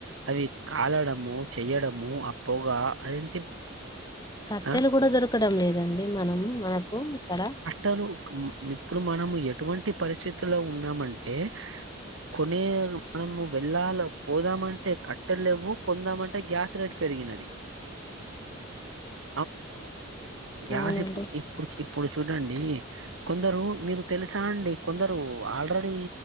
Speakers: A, on the right; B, on the left.
A: అవి కాలడము చెయడము ఆ పొగా అది ఎంత ఇబ్బంది అండి
B: కట్టెలు
A: ఆ
B: కూడా దొరకడం లేదండి మనం మనకు ఇక్కడ
A: ఇప్పుడు మనం య ఎటువంటి పరిస్థితుల్లో ఉన్నామంటే కొనే మనము వెళ్ళాలి పోదామంటే కట్టలు లేవు కొందామంటే గ్యాస్ రేట్ పెరిగినది అవునా కదండి గ్యాస్
B: అవునండి
A: ఎప్పుడు ఎప్పుడుచేప్పు ఇప్పుడు చూడండి కొందరు మీకు తెలుసు సా అండి కొందరు ఆల్రెడీ